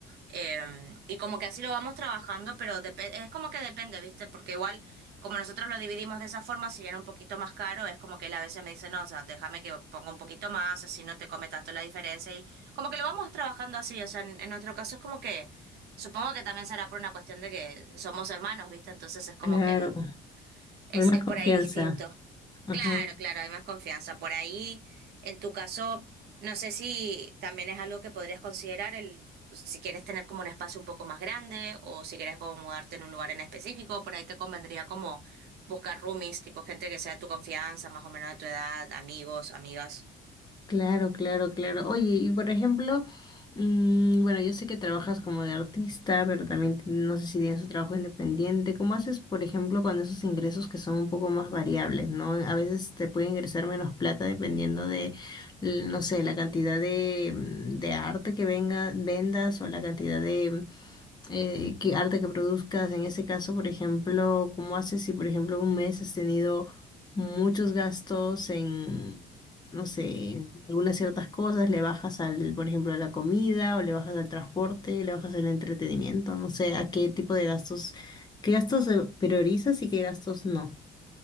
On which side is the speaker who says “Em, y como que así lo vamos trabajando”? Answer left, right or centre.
Right